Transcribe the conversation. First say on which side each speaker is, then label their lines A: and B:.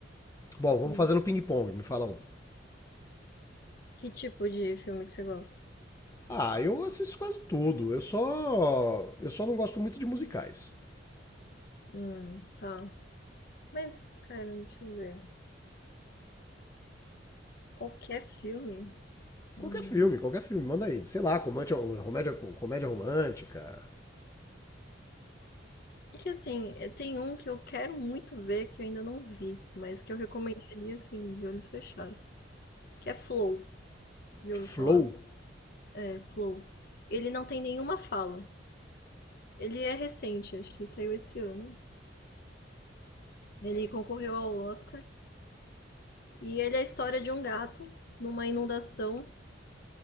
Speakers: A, on the left (about 15°); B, on the left (about 50°).
A: Bom, vamos
B: Ainda-
A: fazer no ping-pong, me fala um.
B: Que tipo de filme que você gosta?
A: Ah, eu assisto quase tudo. Eu só. Eu só não gosto muito de musicais.
B: Hum, tá. Mas, cara, deixa eu ver. Qualquer filme? Hum.
A: Qualquer filme, qualquer filme, manda aí. Sei lá, comédia, comédia, comédia romântica.
B: É que assim, é- tem um que eu quero muito ver que eu ainda não vi, mas que eu recomendaria, assim, de olhos fechados. Que é Flow. Já
A: Flow,
B: ouviu falar? É Flow. Ele não tem nenhuma fala. Ele é recente, acho que saiu esse ano. Ele concorreu ao Oscar. E ele é a história de um gato numa inundação.